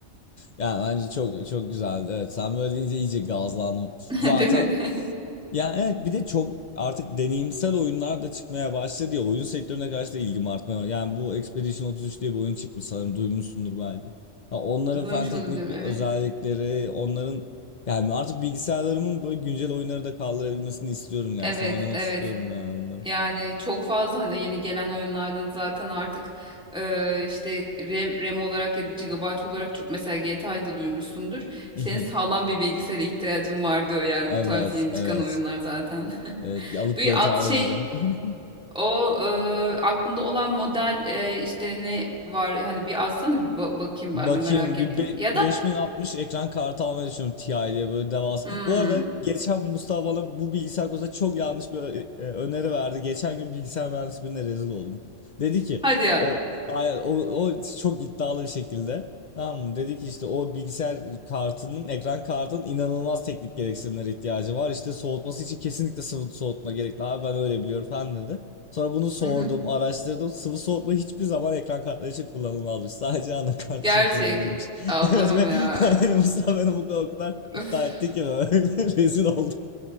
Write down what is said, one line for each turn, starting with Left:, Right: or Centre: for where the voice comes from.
Left: yani bence çok çok güzel. Evet, sen böyle deyince iyice gazlandım.
Centre: <laughs>
Left: Zaten
Centre: Değil mi? <laughs>
Left: Ya evet bir de çok artık deneyimsel oyunlar da çıkmaya başladı ya oyun sektörüne karşı da ilgim artmaya başladı. Yani bu Expedition 33 diye bir oyun çıkmış sanırım duymuşsundur belki. Ha, onların
Centre: Duymuş
Left: falan teknik
Centre: olabilirim.
Left: özellikleri
Centre: Evet.
Left: onların yani artık bilgisayarlarımın böyle güncel oyunları da kaldırabilmesini istiyorum gerçekten
Centre: Evet,
Left: oynamak
Centre: evet.
Left: istiyorum yani bunları.
Centre: Yani çok fazla hani yeni gelen oyunlarda da zaten artık e, işte RAM, RAM olarak ya da gigabyte olarak çok mesela GTA'yı da duymuşsundur.
Left: <laughs>
Centre: Senin sağlam bir bilgisayara ihtiyacın var diyor yani
Left: Evet
Centre: bu tarz yeni
Left: evet
Centre: çıkan oyunlar zaten.
Left: evet alıp
Centre: <laughs> Bu
Left: GTA
Centre: at şey
Left: oynayacağım. <laughs>
Centre: O e, aklında olan model e, işte ne var hani bir alsana bir ba- bakayım
Left: Bakayım
Centre: ben de merak
Left: bir
Centre: ettim.
Left: be-
Centre: Ya
Left: 5060
Centre: da
Left: ekran kartı almayı düşünüyorum Ti diye böyle devasa.
Centre: hmm,
Left: Bu arada geçen Mustafa bana bu bilgisayar konusunda çok yanlış bir ö- e, öneri verdi. Geçen gün bilgisayar mühendisi birine rezil oldum. Dedi ki
Centre: hadi ya.
Left: o aynen, o, o çok iddialı bir şekilde. Tamam mı? Dedi ki işte o bilgisayar kartının ekran kartının inanılmaz teknik gereksinimlere ihtiyacı var. İşte soğutması için kesinlikle sıvı soğutma gerekli abi ben öyle biliyorum falan dedi. Sonra bunu sordum,
Centre: Hı hı.
Left: araştırdım. Sıvı soğutma hiçbir zaman ekran kartları için kullanılmazmış. Sadece anakart
Centre: Gerçek.
Left: için kullanılırmış.
Centre: Allah'ım
Left: <laughs> Evet ve
Centre: ya.
Left: <laughs> yani Mustafa beni bu kadar, o kadar iddia
Centre: Öf,
Left: etti ki böyle <laughs> rezil oldum.